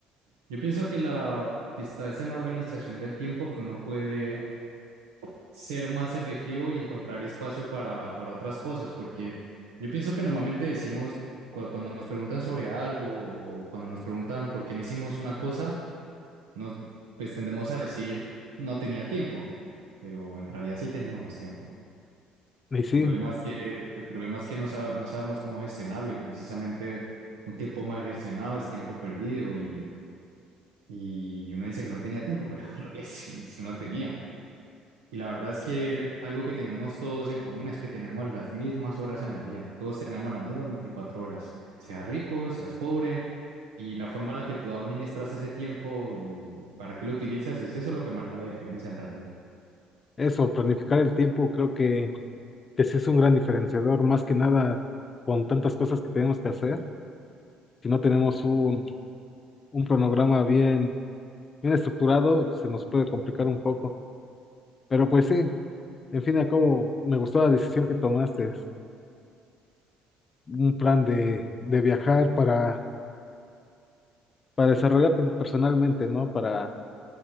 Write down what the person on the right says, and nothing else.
Yo pienso que la que está es en la organización del tiempo que uno puede ser más efectivo y encontrar espacio para, para otras cosas, porque yo pienso que normalmente decimos cu- cuando nos preguntan sobre algo o cuando nos preguntan por qué no hicimos una cosa, nos pues tendemos a decir no tenía tiempo, pero en realidad sí teníamos tiempo.
problema es que, el problema es que no, sa- no sabemos cómo gestionarlo y precisamente un tiempo mal gestionado es tiempo perdido y, y uno dice que no tenía tiempo, pero <laughs> en realidad sí, sí uno tenía. Y la verdad es que algo que tenemos todos en común es que tenemos las mismas horas en el día, todos tenemos las mismas 24 horas, seas rico, seas pobre, y la forma en la que tú administras ese tiempo y para qué lo utilizas es eso lo que marca la diferencia en realidad.